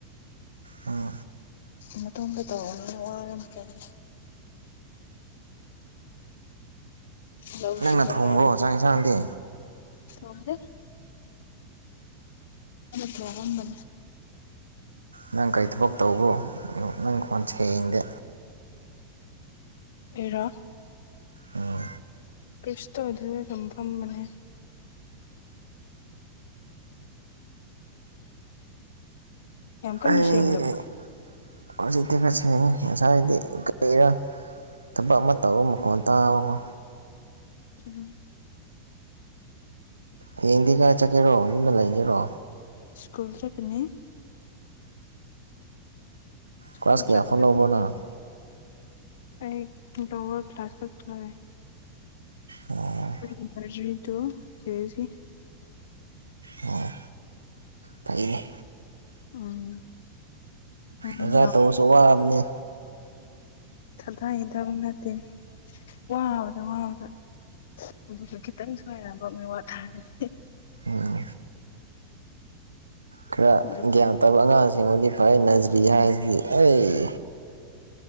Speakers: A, on the right; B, on the left.
A: ꯑꯣꯝ
B: ꯃꯇ‌ꯣꯝꯇ ꯇꯧꯕꯅꯤꯅ ꯋꯥꯔꯝꯈꯔꯅꯤ ꯂꯧꯎ
A: ꯅꯪꯅ
B: ꯁꯨꯕ
A: ꯊꯣꯡꯕ꯭ꯔꯣ
B: ꯍꯥꯏꯕ
A: ꯆꯥꯛ ꯌꯦꯟꯁꯥꯡꯗꯤ
B: ꯊ‌ꯣꯡꯗ‌ꯦ <unintelligible> ꯕꯅꯤ
A: ꯅꯪ ꯀꯔꯤ ꯊꯕꯛ ꯇꯧꯕ꯭ꯔꯣ ꯅꯪ ꯈꯣꯟ ꯁꯦꯡꯗꯦ
B: ꯑꯩꯔ‌ꯣ
A: ꯎꯝ
B: ꯀꯩꯁꯨ ꯇꯧꯗ‌ꯦꯗ ꯑꯗꯨꯝ ꯐꯝꯕꯅꯦ ꯌꯥꯝ ꯀꯟꯅ
A: ꯑꯩ
B: ꯁꯦꯡꯗꯕ꯭ꯔꯣ
A: ꯍꯧꯖꯤꯛꯇꯤ ꯈꯔ ꯁ‌ꯦꯡꯉ‌ꯦ ꯉꯁꯥꯏꯗꯤ ꯀꯔꯤꯔ ꯊꯕꯛ ꯑꯃ ꯇꯧꯕ ꯃꯈꯣꯟ ꯇꯥꯕꯀꯣ
B: ꯎꯝ
A: ꯍꯌꯦꯡꯗꯤ ꯀꯥꯏ ꯆꯠꯀꯦꯔꯣ ꯌꯨꯝꯗ ꯂꯩꯒꯦꯔꯣ
B: ꯁ꯭ꯀꯨꯜ ꯆꯠꯀꯅꯤ ꯁ꯭ꯀꯨꯜ
A: ꯀ꯭ꯂꯥꯁ ꯀꯌꯥ
B: ꯆꯠꯀꯅꯤ
A: ꯐꯥꯎ ꯂꯧꯕ꯭ꯔꯣ ꯅꯪ
B: ꯑꯩ ꯂ‌ꯣꯋꯔ ꯀ꯭ꯂꯥꯁ ꯀꯛꯈ꯭ꯔꯦ
A: ꯑꯣ
B: <unintelligible>
A: ꯑꯣ ꯐꯩꯌ‌ꯦ
B: ꯎꯝ ꯉꯔꯥꯡ
A: ꯑꯣꯖꯥ ꯇꯧꯔꯁꯨ ꯋꯥꯕꯅꯤ
B: ꯊꯊꯥꯒꯤ ꯊꯕꯛ ꯅꯠꯇꯦ ꯋꯥꯕꯗ ꯋꯥꯕꯗ ꯑꯗꯨꯒ ꯈꯤꯇꯪ ꯁꯣꯏꯔꯛꯑꯕ ꯃꯤꯋꯥ ꯇꯥꯔꯅꯤ
A: ꯎꯝ ꯈꯔ
B: ꯑꯗꯨꯒ
A: ꯒ꯭ꯌꯥꯟ ꯇꯥꯕ ꯑꯉꯥꯡꯁꯤꯡꯕꯨꯗꯤ ꯐꯥꯏ ꯅꯖꯔꯤ ꯍꯥꯏꯁꯤꯗꯤ ꯑꯩ